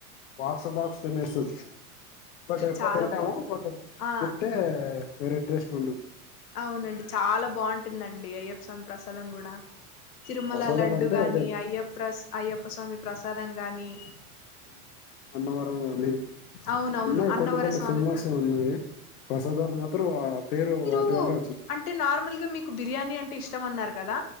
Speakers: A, on the left; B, on the left.
A: బాక్స్ బాక్స్ తినేస్తు బట్ ఎక్కువ
B: చాలా
A: తింటాము
B: బా
A: బట్
B: ఆ
A: తింటే వెరీ టేస్ట్ ఉహు
B: అవునండి చాలా బాగుంటుందండి మీ అయ్యప్ప స్వామి ప్రసాదం కూడా తిరుమల
A: ప్రసాదాలు
B: లడ్డు
A: అంటే
B: గాని
A: అదే
B: అయ్యప్ప ప్రస్ అయ్యప్ప స్వామి ప్రసాదం గానీ
A: అన్నవరం గానీ
B: అవునవును
A: ఉన్నాయి
B: అన్నవర
A: కొన్ని కొన్ని
B: స్వామి
A: ఫేమస్ ఉన్నాయి ప్రసాదాలు మాత్రం ఆ పేరు
B: కు
A: వల్లే వచ్చింది
B: అంటే నార్మల్ గా మీకు బిర్యానీ అంటే ఇష్టం అన్నారు గదా